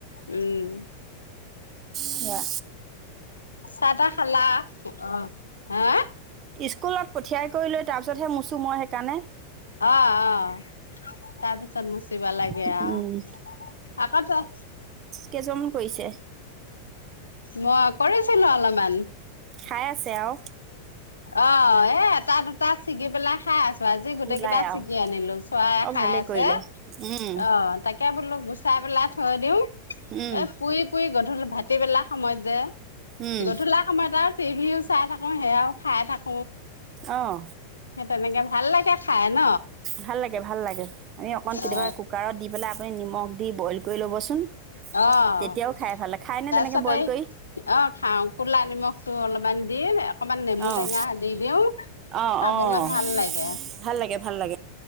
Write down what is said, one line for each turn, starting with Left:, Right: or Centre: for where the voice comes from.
Left: উম।
Right: সেইয়া
Left: চাহ তাহ খালা অ হা
Right: স্কুলত পঠিয়াই কৰি লৈ তাৰপিছতহে মোচোঁ মই সেইকাৰণে
Left: অহঁ অহঁ তাৰ পিছত মুচিব লাগে
Right: উম
Left: অহ আকৌ ত
Right: কেইজন কৰিছে।
Left: মই কৰিছিলো অলপমান।
Right: খাই আছে আৰু
Left: অ এ এটা দুটা ছিগি পেলাই খাই আছোঁ। আজি গোটেই
Right: ওলাই
Left: কেইটা
Right: আৰু
Left: ছিগি আনিলো, চৰাইয়ে
Right: অ
Left: খাই
Right: ভালেই
Left: আছে,
Right: কৰিলে উম
Left: অ', তাকে বোলো। গুচাই পেলাই থৈ দিওঁ।
Right: উম
Left: এ পুৰি পুৰি গ ভাটিবেলা সময়ত যে
Right: উম
Left: দিনতো ওলাই আমাৰ তাত টিভিও চাই থাকো সেয়াঁও খায় থাক।
Right: অহ।
Left: তেনেকে ভাল লাগে খাই ন
Right: ভাল লাগে, ভাল লাগে, আমি অকন কেতিয়াবা
Left: অ
Right: কুকাৰত দি পেলাই আপুনি নিমখ দি বইল কৰি ল'বচোন।
Left: অহ
Right: তেতিয়াও খাই ভাল লাগে খায়নে
Left: তাৰপিছতে
Right: তেনেকৈ বইল
Left: এই
Right: কৰি
Left: আহ খাওঁ কলা নিমখটো অলপমান দি অকণমান নেমু
Right: অঁ
Left: টেঙা দি দিওঁ
Right: অঁ
Left: খাবলৈ
Right: অঁ
Left: ভাল লাগে।
Right: ভাল লাগে ভাল